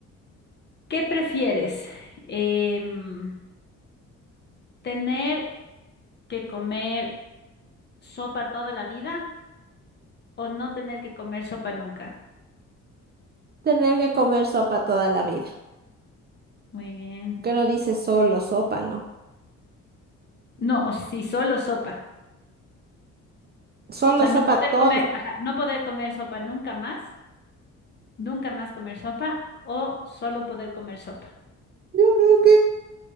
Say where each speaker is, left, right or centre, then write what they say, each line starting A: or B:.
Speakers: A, on the left; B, on the right.
A: ¿Qué prefieres? Em, ¿tener que comer sopa toda la vida o no tener que comer sopa nunca?
B: Tener que comer sopa toda la vida.
A: Muy bien.
B: Que no dice solo sopa, ¿no?
A: No, o si solo sopa.
B: Solo
A: O sea,
B: sopa
A: no poder
B: toda.
A: comer, ajá, no poder comer sopa nunca más, nunca más comer sopa o solo poder comer sopa.
B: Yo creo que